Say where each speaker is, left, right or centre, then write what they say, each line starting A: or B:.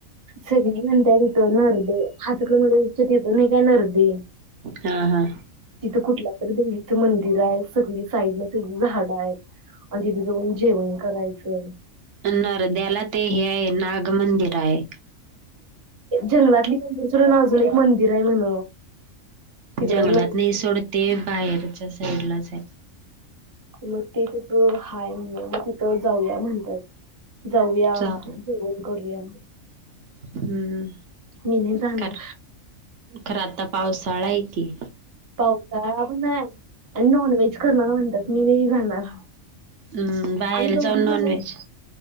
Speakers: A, on the right; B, on the right.
A: स म्हणत्या हित नरदे हातकणंगलेच्या तिथे नाही काय नरदे
B: हा हा
A: तिथं कुठल्या तर देवीचं मंदिर आहेत सगळी साईड न सगळी झाडं आहेत. आणि तिथ जाऊन जेवण करायचं
B: नरद्याला ते हे आहे नाग मंदिर आहे
A: जंगलातली मंदिर सोडून अजून एक मंदिर आहे म्हण तिकडं
B: जंगलात
A: नरकाचं,
B: नाही सोडते बाहेरच्या साईड ला जाय
A: मग ते तिथं हाय म्हण मग तिथं जाऊया म्हणतात जाऊया
B: चा
A: जेवन करूया
B: हम्म
A: मी नाही जाणार
B: कार खरं आता पावसाळा आहे कि
A: पावसाळा पण आणि नॉन व्हेज करणार म्हणतात मी वज जाणार
B: हम्म बाहेर
A: आम्ही दोघी
B: जाऊन नॉन
A: जणच
B: वहेज